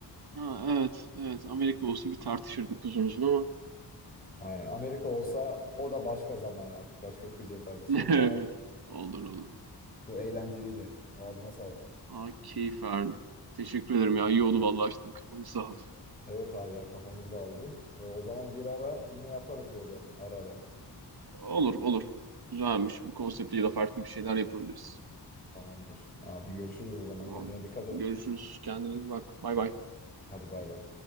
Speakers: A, on the right; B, on the left.
A: Ha, evet. Evet. Amerika olsa bir tartışırdık uzun uzun ama. <laughs>
B: Aynen. Amerika olsa o da başka zaman artık başka quiz'e tartışırız
A: Evet.
B: ama
A: Olur olur.
B: bu eğlenceliydi. Ağzına sağlık.
A: Aa, keyif verdi. Teşekkür ederim ya. İyi oldu vallahi açtın kafamı sağ ol.
B: Evet abi ya kafamız dağıldı. E, o zaman bir ara yine yaparız böyle ara ara.
A: Olur olur. Güzelmiş. Bu konseptle de farklı bir şeyler yapabiliriz.
B: Tamamdır. Abi görüşürüz o zaman.
A: Tamam.
B: Kendine dikkat et.
A: Görüşürüz. Kendine iyi bak. Bay bay.
B: Hadi bay bay.